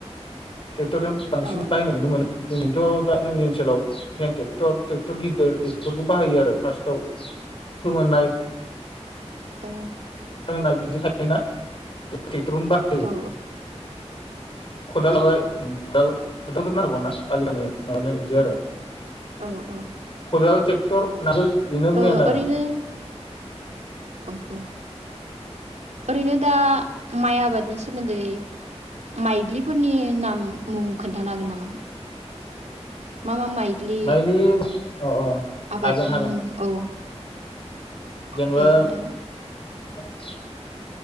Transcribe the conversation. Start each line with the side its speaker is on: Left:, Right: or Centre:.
Left: ट्रेक्टरजों बांसिन
Right: औ
Left: बाहायनाय नुनो मोनो जोंथ' दा जोंनि ओनसोलाव हेन्द ट्रेक्टर ट्रेक्टर गिदिर बेफोरखौ बाहायो आरो फास्टाव फोमोननाय
Right: औ।
Left: <unintelligible> बिदि थायोना <unintelligible> <unintelligible> ओमफ्राय
Right: औ
Left: खदालाय खदाल खदालथ' नारगौ ना आलिनो माबानो बिदि आरो।
Right: औ औ
Left: खदाल टेकट'र नांगोल बिनो
Right: ओ
Left: मेइन आरो।
Right: ओरैनो अ। ओरैनो दा माइ आबादनि सोमोन्दै माइग्लिफोरनि नाम मुं खोन्थानो हागोन नामा? मा मा माइ ग्लि
Left: माइलि अ अ
Right: आबादनि
Left: हागोन हागोन
Right: मुं औ
Left: जेनेबा
Right: दे खोन्थालाय।
Left: <unintelligible>